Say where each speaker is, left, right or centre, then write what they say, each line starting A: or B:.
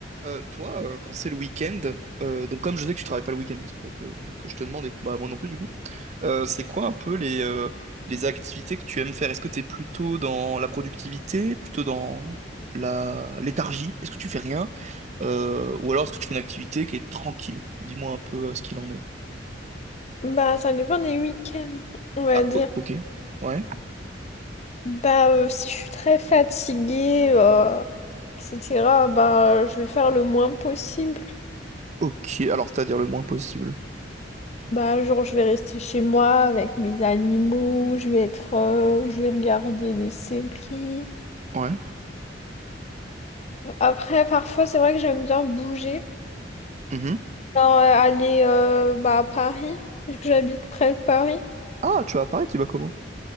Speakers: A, on the right (about 40°); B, on the left (about 35°).
A: Euh, toi, euh, quand c'est le week-end, euh, donc comme je sais que tu travailles pas le week-end, c'est pour ça que, que je te demande et que bah, moi non plus du coup, euh, c'est quoi un peu les, euh, les activités que tu aimes faire? Est-ce que tu es plutôt dans la productivité, plutôt dans la léthargie? Est-ce que tu fais rien? Euh, ou alors est-ce que tu fais une activité qui est tranquille? Dis-moi un peu euh, ce qu'il en est.
B: Bah, ça dépend des week-ends, on va
A: Ah,
B: dire.
A: o- ok. Ouais.
B: Bah, euh, si je suis très fatiguée, euh, etc., bah, euh, je vais faire le moins possible.
A: Ok, alors c'est-à-dire le moins possible.
B: Bah, genre, je vais rester chez moi avec mes animaux, je vais être, euh, je vais regarder des séries.
A: Ouais.
B: Après, parfois, c'est vrai que j'aime bien bouger.
A: Mhm.
B: Genre, euh, aller, euh, bah, à Paris, vu que j'habite près de Paris.
A: Ah, tu vas à Paris, tu vas comment?